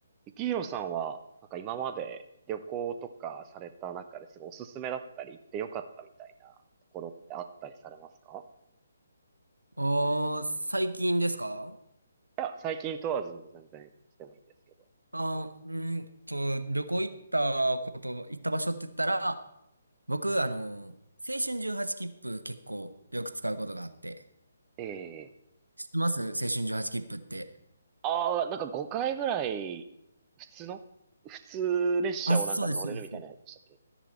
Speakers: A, on the right; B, on the right.
A: ゆきひろさんは、なんか今まで旅行とかされた中ですごいおすすめだったり行ってよかったみたいなところってあったりされますか
B: ああ、最近ですか
A: いや、最近問わずもう全然してもいいんですけど。
B: あー、うんと、旅行行ったこと、行った場所って言ったら、僕、あの、青春18切符結構よく使うことがあって。
A: ええ
B: 知ってます青春18切符って。
A: ああー、なんか5回ぐらい、普通の普通列車をなんか乗れるみたいなやつでしたっけ
B: あ、そうです、そうです。